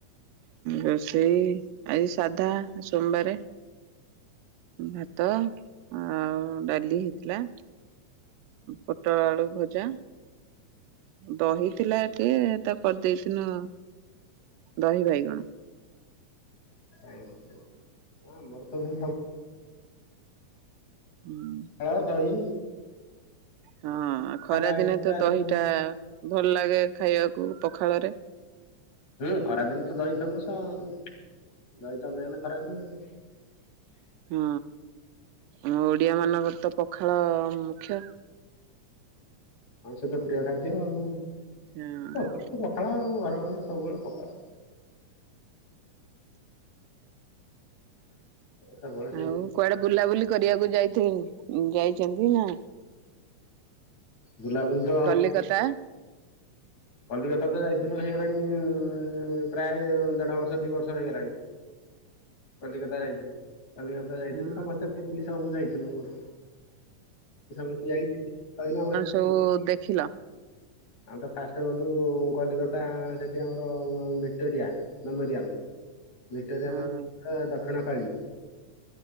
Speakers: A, on the right (about 90°); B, on the left (about 65°).
A: ରୋଷେଇ ଆଜି ସାଧା ସୋମବାରେ ଭାତ ଆଉ ଡାଲି ହେଇଥିଲା। ପୋଟଳ ଆଳୁ ଭଜା ଦହି ଥିଲା ଟିକେ ତା କରିଦେଇଥିନୁ ଦହି ବାଇଗଣ।
B: ଓହୋ ମୋର ତ ସେ
A: ହୁଁ
B: ପଖାଳ ଦହି
A: ହଁ ଖରା
B: ସାଧା ଆଇଟମ
A: ଦିନେ ତ
B: ଯାହା
A: ଦହିଟା
B: ସବୁ ହଉଛି।
A: ଭଲ ଲାଗେ ଖାଇବାକୁ ପଖାଳରେ।
B: ହୁଁ ଖରାଦିନେ ତ ଦହି ଫେମସ ଆଉ ଦହି ତ ମିଳେନି ଖରାଦିନ ଆଉ।
A: ହଁ ଆମ ଓଡିଆ ମାନଙ୍କର ତ ପଖାଳ ମୁଖ୍ୟ।
B: ମାଉଷ ତ ପ୍ରିୟ ଖାଦ୍ୟ ଆଉ।
A: ହଁ
B: <unintelligible> ପଖାଳ ଆଉ। ତ ସବୁବେଳେ ପଖା ସବୁବେଳେ ସେଇ
A: ଆଉ କୁଆଡେ ବୁଲାବୁଲି କରିବାକୁ ଯାଇଥିଲି ଯାଇଛନ୍ତି ନା।
B: ବୁଲାବୁଲି ତ
A: କଲିକତା
B: କଲିକତା ତ ଯାଇଥିଲ। ହେଇଗଲାଣି ଇ ପ୍ରାୟ ଦେଢ ବର୍ଷ ଦି ବର୍ଷ ହେଇଗଲାଣି କଲିକତା ଯାଇଥିଲି। କଲିକତା ଯାଇଥିଲି
A: ହଁ
B: ସମସ୍ତେ <unintelligible> ସବୁ ଯାଇ ଥିଲୁ ଗୁଡେ। ସମସ୍ତେ ଯାଇ କହିଲୁ ଆମର
A: ଯୋଉ <inaudible> ଦେଖିଲ?
B: ଆମ ତ ଫାଷ୍ଟ ଗଲୁ କଲିକତା ସେଠି ଆମର ଭିକ୍ଟୋରିଆ ମେମୋରିଆଲ। ଭିକ୍ଟୋରିଆ
A: ହଁ
B: ମେମୋରିଆଲ ତାକୁ ଦକ୍ଷିଣ କାଳୀ